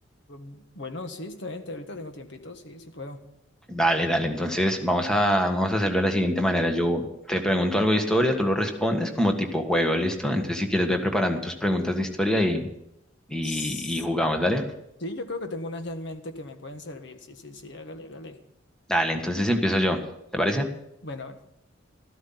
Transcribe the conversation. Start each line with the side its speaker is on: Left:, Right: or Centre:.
Left: Mm, Bueno, sí, está bien, te- ahorita tengo tiempito, sí, sí puedo.
Centre: Dale, dale. Entonces, vamos a, vamos a hacerlo de la siguiente manera. Yo te pregunto algo de historia, tú lo respondes como tipo juego, ¿listo? Entonces, si quieres, ve preparando tus preguntas de historia y, y,
Left: S-
Centre: y jugamos, ¿dale?
Left: Sí, yo creo que tengo unas ya en mente que me pueden servir, sí, sí, sí, hágale, hágale.
Centre: Dale, entonces empiezo yo. ¿Te parece?
Left: Bueno, bueno,